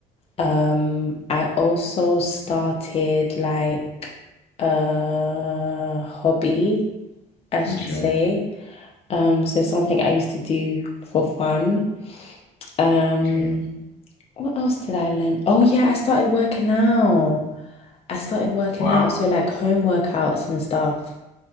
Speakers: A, on the left; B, on the left.
A: Um, I also started like a hobby, I should
B: okay,
A: say. Um, so something I used to do for fun. Um,
B: okay.
A: what else did I learn? Oh yeah, I started working out. I started working
B: Wow,
A: out, so like home workouts and stuff.